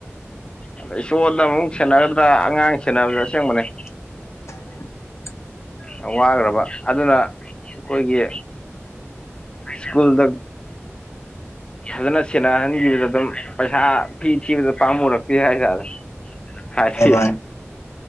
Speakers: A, on the left; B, on the left.
A: ꯑꯗꯩ ꯁꯣꯟꯗ ꯑꯃꯨꯛ ꯁꯦꯟꯅꯒꯗ꯭ꯔꯥ ꯑꯉꯥꯡ ꯁꯦꯟꯅꯕꯖꯨ ꯑꯁ‌ꯦꯡꯕꯅ‌ꯦ
B: ꯎ <inaudible>
A: ꯌꯥꯝꯋꯥꯒ꯭ꯔꯕ ꯑꯗꯨꯅ ꯑꯩꯈꯣꯏꯒꯤ ꯁ꯭ꯀꯨꯜꯗ ꯐꯖꯅ ꯁꯦꯟꯅꯍꯟꯈꯤꯕꯗ ꯑꯗꯨꯝ ꯄꯩꯁꯥ ꯐꯤ ꯊꯤꯕꯗ ꯄꯥꯝꯃꯔꯛꯇꯦ ꯍꯥꯏꯇꯥꯔꯦ ꯍꯥꯏꯗꯤ
B: ꯃꯥꯅꯤ ꯃꯥꯅꯤ